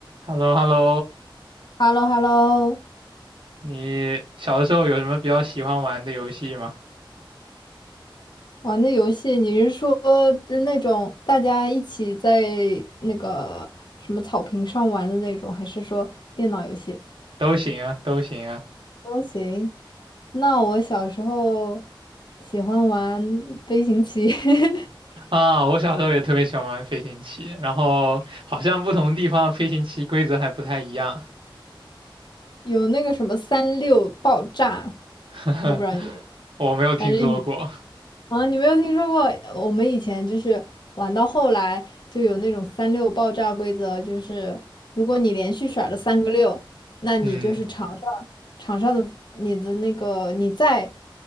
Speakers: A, on the right; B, on the left.
A: h e l l o h e l l o
B: h e l l o h e l l o
A: 你小的时候有什么比较喜欢玩的游戏吗？
B: 玩的游戏，你是说就那种大家一起在那个什么草坪上玩的那种，还是说电脑游戏？
A: 都行啊，都行啊。
B: 都行。那我小时候喜欢玩飞行棋，<laughs>
A: 啊，我小时候也特别喜欢玩飞行棋，然后好像不同地方的飞行棋规则还不太一样，
B: 有那个什么三六爆炸，
A: <laughs>
B: 我不知道你，
A: 我没有听说过。
B: 反正。啊，你没有听说过？呃我们以前就是玩到后来就有那种三六爆炸规则，就是如果你连续甩了三个六，那你就是场上场上的你的那个你在
A: 嗯，